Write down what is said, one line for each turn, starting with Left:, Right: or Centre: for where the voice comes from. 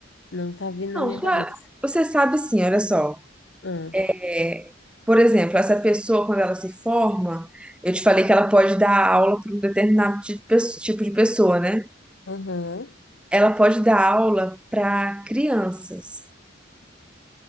Left: Não tá vindo
Centre: Não,
Left: na minha
Centre: claro,
Left: cabeça.
Centre: você sabe sim, olha só.
Left: Ah,
Centre: é, Por exemplo, essa pessoa, quando ela se forma, eu te falei que ela pode dar aula para um determinado ti- pe- tipo de pessoa, né?
Left: aham.
Centre: Ela pode dar aula para crianças.